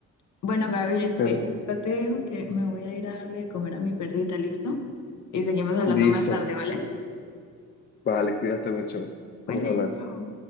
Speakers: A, on the left; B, on the left.
A: Bueno, Gabriel, este,
B: pero
A: yo te dejo que me voy a ir a darle de comer a mi perrita, ¿listo? Y seguimos hablando
B: listo.
A: más tarde, ¿vale?
B: Vale, cuídate mucho. Estamos
A: Vale,
B: hablando.
A: chao.